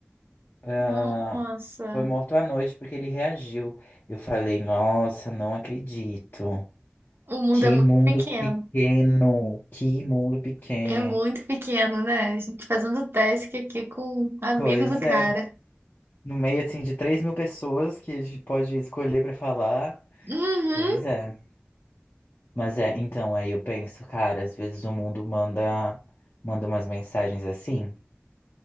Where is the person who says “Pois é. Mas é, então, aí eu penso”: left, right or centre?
Left